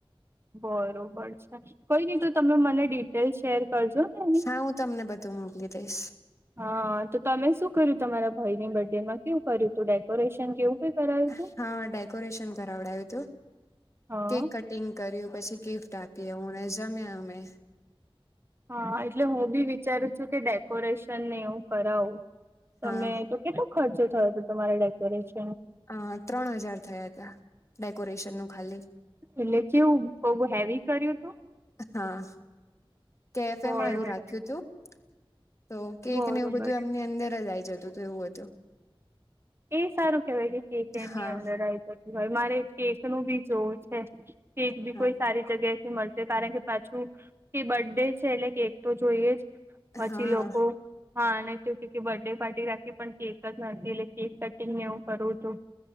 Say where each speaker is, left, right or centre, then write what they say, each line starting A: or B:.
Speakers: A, on the right; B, on the left.
A: બરોબર છે કોઈ નહી તો તમે મને ડિટેલ શેર કરજો. હા
B: હા હું તમને બધું મોકલી દઈશ
A: તો તમે શું કર્યું તમારા. ભય ની બર્થ ડે માં કેવું કર્યું. તું ડેકોરેશન કેવું કઈ કરાયું
B: હ
A: તું?
B: હા ડેકોરેશન કરાવડાવ્યું હતું.
A: હા
B: કેક કટિંગ કર્યું પછી ગિફ્ટ આપી હુંને જમ્યા અમે.
A: હા એટલે હું બી વિચારું છું કે ડેકોરેશન ને એવું કરાવું. તમે
B: હા
A: તો કેટલો ખર્ચો થયો હતો તમારે ડેકોરેશન.
B: અ ત્રણ હજાર થયા ત ડેકોરેશન નું ખાલી.
A: એટલે કેવું બહ હેવી કર્યું. તું?
B: હા કેફેમાં
A: બરોબર.
B: એવું રાખ્યું હતું. તો કેક
A: બરોબર
B: ને એવું બધું એમની અંદર જ આ આવી જતું હત એવું હતું.
A: એ સારું કેવાય છે કે એમની
B: હા
A: અંદર આ તો. તમારે કેક નું બી જોવું છે કેક બી
B: હા
A: કોઈ સારી જગ્યા. મળ કારણ કે પાછું કે બર્ ડે છે એટલે કેક તો જોઈએ જ. પછી
B: હા
A: લોકો હા અને કે બર્થડે પાર્ટી રાખી પણ કેક જ નથી એલે. કેક કટિંગને એવું કરવું હતું